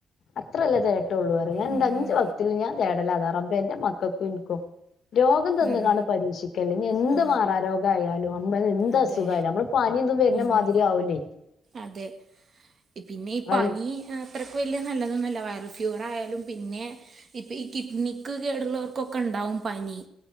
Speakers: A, on the left; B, on the right.
A: അത്രല്ലേ തേട്ടള്ളൂ അറിയൂ ഞാൻന്റെ
B: ഉം
A: അഞ്ച് വക്തിലും ഞാൻ തേടലതാ റബ്ബേ ഇന്റെ മക്കക്കും ഇൻക്കും രോഗം തന്ന്കാണ്ട്
B: ഉം
A: പരീക്ഷിക്കല്ലേ ഇഞ്ഞി എന്ത്
B: ആ
A: മാറാരരോഗം ആയാലും നമ്മള് എന്ത്‌
B: അതെ
A: അസുഖയാലും നമ്മള് പനി ഇതും വെര്നമാതിരി
B: ഉം
A: ആവൂലേ
B: അതെ ഇപിന്നെ ഈപനി
A: ആയി
B: അത്രക്ക് വെല്ല്യ നല്ലതൊന്നല്ല വയറൽഫ്യൂറആയാലും പിന്നേ ഇപ്പം ഇകിഡ്നിക്ക് കേടുള്ളവർക്കൊക്കെ ഇണ്ടാവുംപനി